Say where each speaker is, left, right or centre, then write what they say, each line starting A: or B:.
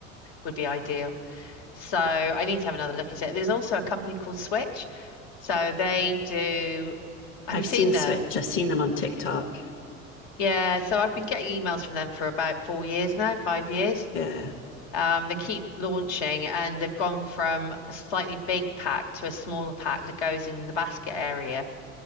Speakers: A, on the left; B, on the left.
A: would be ideal. So I need to have another look at it. There's also a company called Switch. So they do. Have
B: I've
A: you seen
B: seen
A: them?
B: Switch. I've seen them on TikTok.
A: Yeah. So I've been getting emails from them for about four years now, five years.
B: Yeah,
A: Um, they keep launching and they've gone from a slightly big pack to a smaller pack that goes in the basket area.